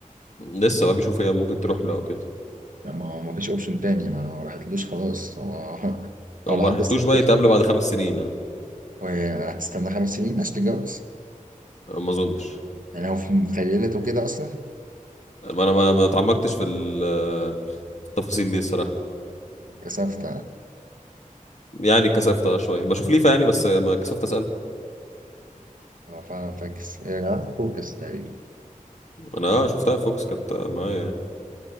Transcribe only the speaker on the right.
لا، ما هو ما فيش اوبشن تاني ما انا ما راحتلوش خلاص هو <laughs> هو
لو
عنده
ست
سنين
وهتستنى خمس سنين عشان تتجوز
يعني هو في مخيلته كده اصلا
كسفت
اه فعلا فاكس هي جماعة فوكس تقريبا